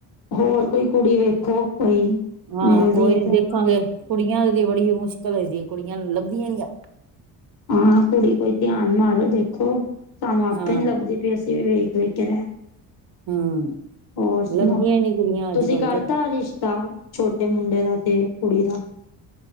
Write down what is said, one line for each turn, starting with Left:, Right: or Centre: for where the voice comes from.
Left: ਹੋਰ ਕੋਈ ਕੁੜੀ ਵੇਖੋ ਕੋਈ
Right: ਹਾਂ
Left: ਮਿਲਦੀ
Right: ਕੋਈ
Left: ਏ
Right: ਨੀ
Left: ਤੇ।
Right: ਦੇਖਾਂਗੇ ਕੁੜੀਆਂ ਦੀ ਤੇ ਬੜੀ ਮੁਸ਼ਕਿਲ ਹੋਈ ਦੀ ਹੈ ਕੁੜੀਆਂ ਲੱਭਦੀਆਂ ਨੀਆਂ।
Left: ਹਾਂ ਕੁੜੀ ਕੋਈ ਧਿਆਨ ਮਾਰੋ ਦੇਖੋ ਸਾਨੂੰ ਆਪੇ
Right: ਹਾਂ
Left: ਨੀ ਲੱਭਦੀ ਵੀ ਅਸੀਂ ਵੀ ਵੇਖ-ਵੇਖ ਕਿ
Right: ਹਮ
Left: ਹੋਰ ਸੁਣਾਓ
Right: ਲੱਭਦੀਆਂ ਹੀ ਨੀ ਕੁੜੀਆਂ ਅੱਜ
Left: ਤੁਸੀਂ
Right: ਕੱਲ
Left: ਕਰਤਾ
Right: ਤੇ
Left: ਰਿਸ਼ਤਾ? ਛੋਟੇ ਮੁੰਡੇ ਦਾ ਤੇ ਕੁੜੀ ਦਾ।